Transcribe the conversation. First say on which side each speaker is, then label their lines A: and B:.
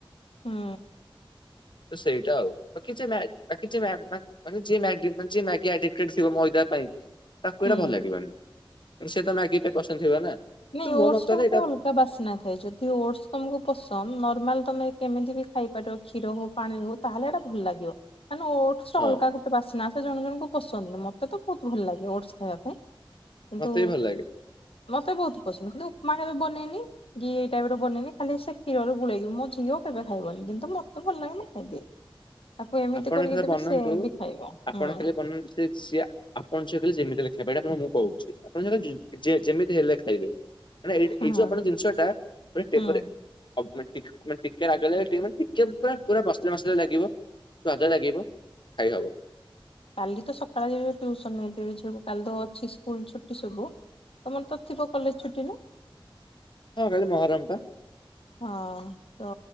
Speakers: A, on the left; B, on the left.
A: ହୁଁ
B: ତ ସେଇଟା ଆଉ କିଛି ନାଇଁ କିଛି ମା ମାନେ ଯିଏ ମ୍ୟାଗି ମ୍ୟାଗି ଆଇଡିଣ୍ଟି ଥିବ ମଇଦା ପାଇଁ ତାକୁ
A: ହୁଁ।
B: ଏଇଟା ଭଲ ଲାଗିବନି ସେ ତ ମ୍ୟାଗି ପାଇଁ ପସନ୍ଦ ଥିବ ନା କିନ୍ତୁ
A: ନାଇଁ
B: ମୋ
A: ଓଟସ୍ସ
B: ମତରେ
A: ର ଗୋଟେ
B: ଏଇଟା
A: ଅଲ ବାସ୍ନା ଥାଏ ଯଦି ଅଟ୍ସ ତମକୁ ପସନ୍ଦ ନର୍ମାଲ ତମେ କେମିତି ବି ଖାଇପାରିବ କ୍ଷୀର ହଉ ପାଣିରେ ହଉ ତାହେଲେ ଏଇଟା ଭଲ ଲାଗିବ ମାନେ ଓ
B: ହଁ
A: ଅଲଗା ଗୋଟେ ବାସ୍ନା ଆସେ ଜଣ ଜଣଙ୍କୁ ପସନ୍ଦ ମତେ ତ ବହୁତ ଭଲ ଲାଗେ ଅଟ୍ପ ଖାଇବା ପାଇଁ କିନ୍ତୁ
B: ମତେ ବି ଭଲ ଲାଗେ
A: ମତେ ବହୁତ୍ ପସନ୍ଦ କିନ୍ତୁ ଉପମା କେବେ ବନେଇନି ଦି ଏଇ ଟାଇପ୍ ର ବନେଇଲି ଖାଲି ସେ କ୍ଷୀରରେ ଗୁଳେଇକି ମୋ ଝିଅ କେବେ ଖାଇବନି କିନ୍ତୁ ମତେ ଭଲ ଲାଗେ ମୁଁ ଖାଇଦିଏ ତାକୁ ଏମିତି
B: ଆପଣ
A: କରିକି
B: ଏଠାରେ
A: ଦେବେ
B: ବନାନ୍ତୁ
A: ସେ ବି ଖାଇବ
B: ଆପଣ
A: ହୁଁ
B: ଖାଲି ବନାନ୍ତୁ ସେ ସିଆ ଆପଣ ସେ କହିଲ ଯେମିତି ହେଲେ ଖାଇବେ ଏଇଟା ଆପଣ ମୁଁ କହୁଛି ଆପଣ ଯେମିତି ହେଲେ ଖାଇବେ ମାନେ ଏଇ ଟା
A: ହଁ।
B: ଏଇ ଯୋଉ ଆପଣ ଜିନିଷ ଟା ଟେମ୍ପରାରି
A: ହୁଁ
B: ଅପ୍‌ମେଟିକ୍ ମାନେ ଟିକେ ରାଗ ଲାଗେ ଟିକେ ପୁରା ପୁରା ମସଲା ମସଲା ଲାଗିବ ସ୍ଵାଦ ଲାଗିବ ଖାଇହବ।
A: କାଲି ତ ସକାଳେ ଯିବ ଟ୍ୟଉସନ ହେଇ ଝିଅକୁ କାଲି ତ ଅଛି ସ୍କୁଲ ଛୁଟି ସବୁ ତମର ତ ଥିବ କଲେଜ୍ ଛୁଟି ନା।
B: ହଁ କାଲି ମହରମ୍ ପା,
A: ହଁ ତ